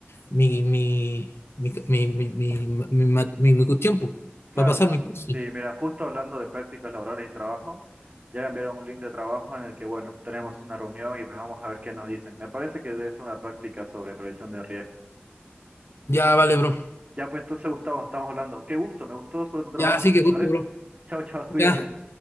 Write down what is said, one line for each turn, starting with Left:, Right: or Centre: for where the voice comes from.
Left: mi, mi, mi, mi, mi, mi, mi ma- mi- mi cuestión, pues,
Right: claro,
Left: para pasar
Right: bueno.
Left: mi curso.
Right: Sí, mira, justo hablando de prácticas laborales y trabajo, ya me enviaron un link de trabajo en el que, bueno, tenemos una reunión y pues vamos a ver qué nos dicen. Me parece que debe ser una práctica sobre prevención de riesgo.
Left: Ya, vale, bro.
Right: Ya, pues entonces, Gustavo, estamos hablando. Qué gusto, me gustó sobre tu trabajo.
Left: Ya, así que gusto,
Right: ¿Vale?
Left: bro.
Right: Chao, chao, cuídate.
Left: Ya,